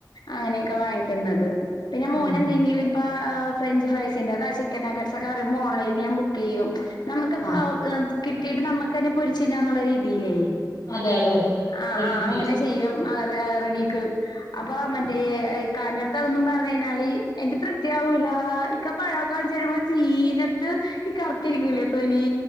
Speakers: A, on the left (about 80°); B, on the left (about 60°).
A: അങ്ങനെയൊക്കെ വാങ്ങിക്കുന്നത്. പിന്നെ മോനെന്തെങ്കിലും
B: ആഹ്
A: ഇപ്പാ ഈഹ് ഫ്രഞ്ച് ഫ്രൈസിന്റെ കാശ് ചിക്കൻ നഗട്സ് ഒക്കെ പറയുമ്പോ ഓൺലൈനിൽ ഞാൻ ബുക്ക് ചെയ്യും. നമുക്ക്
B: ആഹ്
A: കിട്ടീട്ട് നമുക്ക് തന്നെ പൊരിച്ച് തിന്നാന്നുള്ള രീതീലെ.
B: അതെ അതെ അതെ
A: ആഹ്
B: റെഡി
A: ആഹ്
B: ടു
A: അങ്ങനെ
B: ഈറ്റ്
A: ചെയ്യും ആ റെഡിക്ക്. അപ്പൊ മറ്റേ ഇക്കാന്റട്ത്തതൊന്നും പറഞ്ഞ് കഴിഞ്ഞാല് എനിക്ക് തൃപ്തിയാവൂലാ. ഇക്ക പഴൊക്കെ വേടിച്ചു വരുമ്പോ ചീഞ്ഞ ട്ട് ഈ കറ്ത്തിരിക്കൂലേ തൊലി?